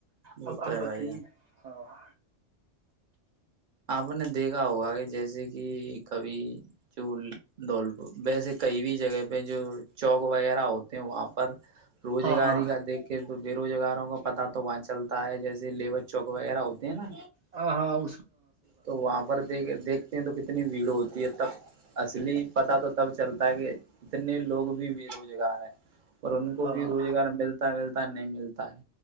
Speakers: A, on the right; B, on the right.
A: وہ
B: اب
A: تو
B: آپ
A: ہے
B: بتائیے
A: بھائی یہ
B: ہاں
A: آپ نے دیکھا ہوگا کہ جیسے کہ کبھی جو دھول ویسے کئی بھی جگہ پہ جو چوک وغیرہ ہوتے ہیں وہاں پر روزگاری
B: ہاں ہاں
A: کا دیکھ کے تو بے روزگاروں کا پتا تو وہاں چلتا ہے جیسے لیبر چوک وغیرہ ہوتے ہیں نا
B: ہ ہاں ا
A: تو وہاں پر دیکھ دیکھ تو کتنی بھیڑ ہوتی ہے تب اصلی پتا تو تب چلتا ہے کہ اتنے لوگ بھی بے روزگار ہیں اور ان کو
B: ہاں
A: بھی روزگار ملتا ہے ملتا نہیں ملتا ہے